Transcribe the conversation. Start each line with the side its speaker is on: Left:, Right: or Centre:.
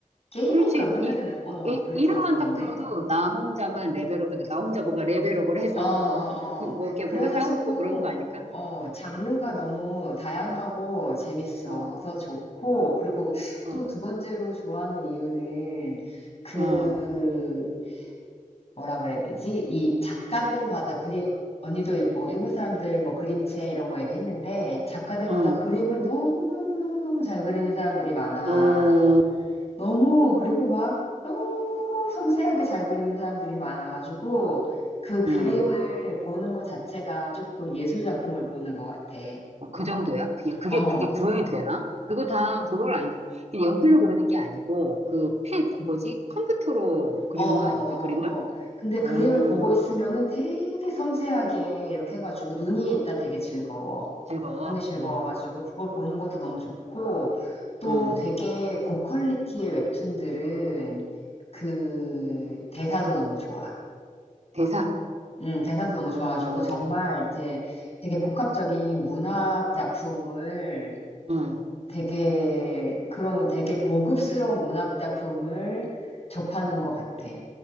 Left: 게임인가?
Right: 그렇지
Left: 판타지
Right: 이,
Left: 장르. 어,
Right: 이
Left: 그랬다고
Right: 이름만
Left: 들었는데.
Right: 딱 들어도 나 혼자만 레벨업이고 나 혼자 뭔가 레벨업을 해서
Left: 어, 어.
Right: <laughs> 뭐 이렇게
Left: 그래가지고,
Right: 뭔가 싸우고 그런 거 아닐까?
Left: 어,
Right: 음.
Left: 장르가 너무 다양하고 재밌어서
Right: 어.
Left: 좋고, 그리고
Right: 어,
Left: 또 두 번째로 좋아하는 이유는 그,
Right: 어,
Left: 뭐라 그래야 되지? 이 작가들마다 그림, 언니도 일- 뭐 일본 사람들 뭐 그림체 이런 거 얘기했는데, 작가들마다
Right: 어,
Left: 그림을 너무너무너무너무 잘 그리는 사람들이 많아.
Right: 어,
Left: 너무 그리고 막 너무 섬세하게 잘 그리는 사람들이 많아가지고 그 그림을
Right: 음.
Left: 보는 것 자체가 조금 예술 작품을 보는 것 같아.
Right: 어, 그 정도야? 그냥 그게,
Left: 어,
Right: 그게 구현이 되나? 그거 다, 그걸 아니잖아. 그냥 연필로 그리는 게 아니고, 그 펜, 그 뭐지? 컴퓨터로 그리는
Left: 어, 어,
Right: 거 아닌가? 그림을?
Left: 어. 근데 그림을
Right: 어,
Left: 보고 있으면은 되게 섬세하게 이렇게 해가지고 눈이 일단 되게 즐거워.
Right: 즐거워.
Left: 눈이 즐거워가지고
Right: 음,
Left: 그걸 보는 것도 너무 좋고 또
Right: 음.
Left: 되게 고퀄리티의 웹툰들은 그 대사도 너무 좋아.
Right: 대사,
Left: 음, 대사도 너무
Right: 어,
Left: 좋아가지고 정말 이제 되게 복합적인 문학 작품을
Right: 음,
Left: 되게 그러면 되게 고급스러운 문학 작품을 접하는 것 같아.